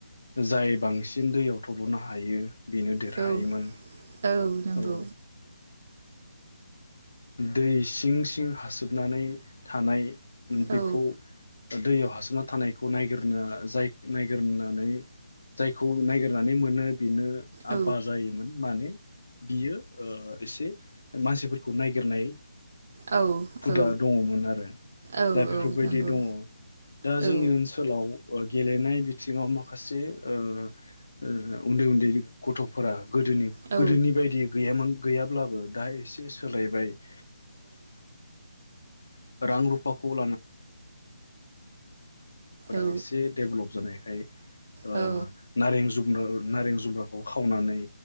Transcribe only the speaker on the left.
जाय बांसिन दैयाव थ्ल'नो हायो बेनो देरहायोमोन।
<inaudible>
ओ दै सिं सिं हासोबनानै थानाय
बेखौ दैयाव हाबसोमनानै थानायखौ नायगिरनो जाय नायगिरनानै जायखौ नायगिरनानै मोनो बेनो
आबबा जायोमोन माने बियो ओ एसे मानसिफोरखौ नायगिरनाय
हुदा
दङमोन आरो।
दा बेफोरबायदि
दङ दा
जोंनि ओनसोलाव गेलेनाय बिथिङाव माखासे ओ ओ उन्दै उन्दै गथ'फोरा गोदोनि
गोदोनि बायदि गैयामोन गैयाब्लाबो दा एसे सोलायबाय। <inaudible> <inaudible> नायफोरा
एसे डेभेलप जानाय। फाय ओ
नारें जु नो नारें जुम्ब्राखौ खावनानै